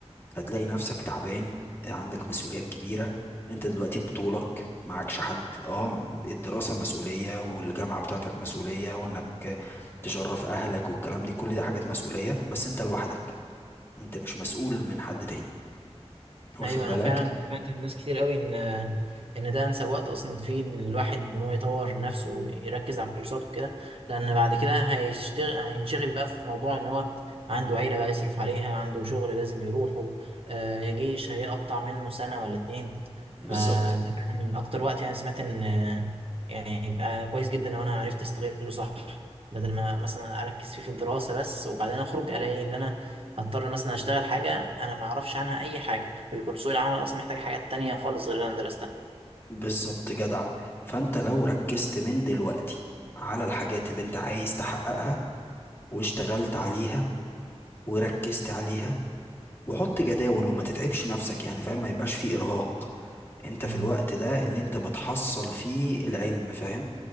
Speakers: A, on the left; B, on the right.
A: هتلاقي نفسك تعبان آه، عندك مسؤوليات كبيرة انت دلوقتي بطولك معكش حد اه الدراسة مسؤولية والجامعة بتاعتك مسؤولية وانك آه، تشرف اهلك والكلام دي كل دي حاجات مسؤولية بس انت لوحدك انت مش مسؤول من حد تاني واخد
B: ايوه
A: بالك
B: انا فعلا سمعت من ناس كتير قوي ان ان ده انسب وقت اصلا فيه إن الواحد ان هو يطور نفسه ويركز على الكورسات وكده لان بعد كده هيشتغل هينشغل بقى في موضوع ان هو عنده عيله بقى يصرف عليها عنده شغل لازم يروحه آه، جيش هيقطع منه سنه ولا اتنين فده
A: بالظبط
B: فعلا اكتر وقت يعني سمعت ان يعني يبقى كويس جدا لو انا عرفت استغله صح بدل ما مثلا اركز فيه في الدراسه بس وبعدين اخرج الاقي ان انا اضطر مثلا اشتغل حاجه انا ما اعرفش عنها اي حاجه بيكون سوق العمل اصلا محتاج حاجات تانية خالص غير اللي انا درستها
A: بالظبط جدع فانت لو ركزت من دلوقتي على الحاجات اللي انت عايز تحققها واشتغلت عليها وركزت عليها وحط جداول وما تتعبش نفسك يعني فاهم ما يبقاش فيه ارهاق انت
B: مم.
A: في الوقت ده اللي انت بتحصل فيه العلم فاهم